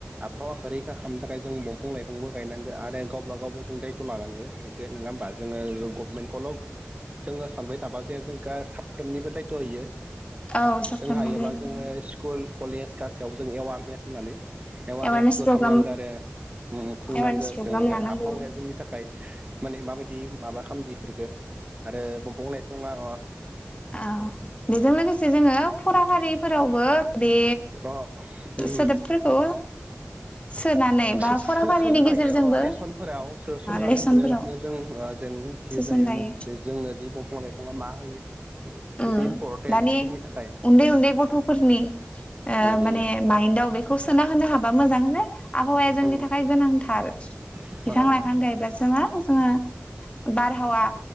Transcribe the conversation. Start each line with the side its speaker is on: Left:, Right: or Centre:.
Right: आबहावाखौ रैखा खालामनो थाखाय जों दंफां लाइफांबो गायनांगो आरो गावबा गाव खौबो जों दायथ' लानांगो इखो नङा होमबा जोङो गभमेन्टखौल' जोङो सानबाय थाबा जे जोंखो साफ्रोमनिबो दायथ' इयो
Left: औ साफ्रोमनिबो
Right: जों हायोबा जोङो स्कुल कलेज गासैयाव जों एवारनेस होनानै एवारनेसबो
Left: एवारनेस प्रग्राम
Right: खामनांगौ आरो खुंनांगो
Left: एवारनेस प्रग्राम
Right: जों
Left: लानांगौ
Right: आबहावाया जोंनि थाखाय माने माबायदि माबा खामदि इफोरखौ आरो दंफां लाइफांआ
Left: औ बेजों लोगोसे जोङो फराफारिफोरावबो बे
Right: अ उम
Left: सोदोबफोरखौ सोनानै बा
Right: सोसनजायो
Left: फराफारिनि गेजेरजोंबो
Right: अ लेसनफोराव सोसननानै
Left: लेसनफोराव
Right: ग्रोबनो जों ओ जेन मिथियो
Left: सोसनजायो
Right: जायो बे जोंनो दि बंफां लाइफाङा मा होयो बेसे
Left: उ
Right: इम्परटेन्ट
Left: दानि
Right: जोंनि थाखाय
Left: उन्दै उन्दै गथ'फोरनि
Right: उम
Left: माने
Right: उम
Left: माइन्दआव बेखौ सोना होनो हाबा मोजां जे आबहावाया जोंनि
Right: उम
Left: थाखाय गोनांथार बिफां
Right: अ अ
Left: लाइफां गायब्लासो जोङो बारहावा